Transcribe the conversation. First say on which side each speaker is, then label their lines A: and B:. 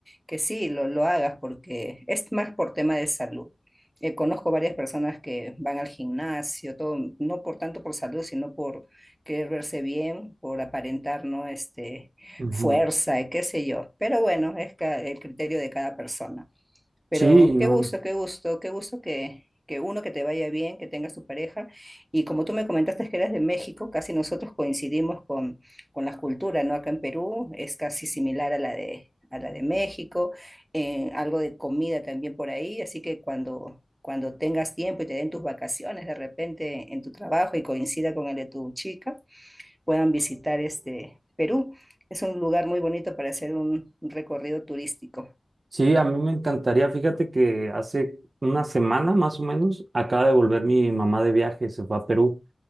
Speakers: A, on the right; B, on the right.
A: que sí, lo, lo hagas porque es más por tema de salud. Eh, conozco varias personas que van al gimnasio, todo, no por tanto por salud, sino por querer verse bien, por aparentar, ¿no? Este,
B: Ujú.
A: fuerza, y qué sé yo. Pero bueno, es ca- el criterio de cada persona. Pero
B: Sí, no.
A: qué gusto, qué gusto, qué gusto que, que uno que te vaya bien, que tengas tu pareja. Y como tú me comentaste que eras de México, casi nosotros coincidimos con, con las culturas, ¿no? Acá en Perú es casi similar a la de, a la de México, eh, algo de comida también por ahí, así que cuando, cuando tengas tiempo y te den tus vacaciones de repente en tu trabajo y coincida con el de tu chica, puedan visitar este Perú. Es un lugar muy bonito para hacer un un recorrido turístico.
B: Sí, a mí me encantaría. Fíjate que hace una semana más o menos acaba de volver mi mamá de viaje, se fue a Perú.